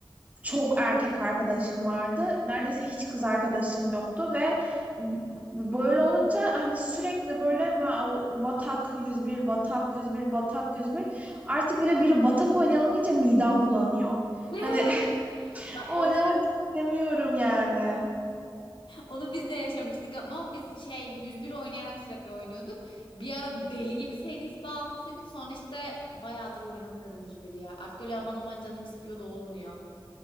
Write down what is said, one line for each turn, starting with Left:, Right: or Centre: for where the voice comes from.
Right: Çok erkek arkadaşım vardı. Neredeyse hiç kız arkadaşım yoktu ve böyle olunca hani sürekli böyle ma- o batak yüz bir batak yüz bir batak yüz bir artık böyle biri batak oynayalım deyince midem bulanıyor.
Left: <laughs>
Right: Hani <laughs>
Left: Bak
Right: oynamak
Left: onu
Right: istemiyorum yani.
Left: Onu biz de yaşamıştık ama biz şey 101 oynayarak sürekli oynuyorduk. Bir ara deli gibi seris bağımlısıydık. Sonra işte bayağıdır oynamıyorum 101 ya. Artık öyle aman aman canım istiyor da olmuyor.